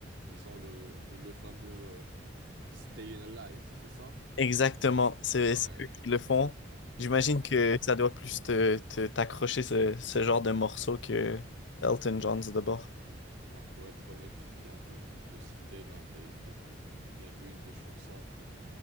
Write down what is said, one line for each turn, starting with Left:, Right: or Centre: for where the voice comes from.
Right: Ils ont le, le, le fameux euh, Staying Alive, c'est ça?
Left: Exactement, c'est
Right: Ouais.
Left: c'est eux qui le font. J'imagine que ça doit plus te, te- t'accrocher ce, ce genre de morceau que Elton John's d'abord.
Right: Bah, pour être honnête, tu viens de, de citer l'un des, des- des- ou bien l'une des chansons que, que,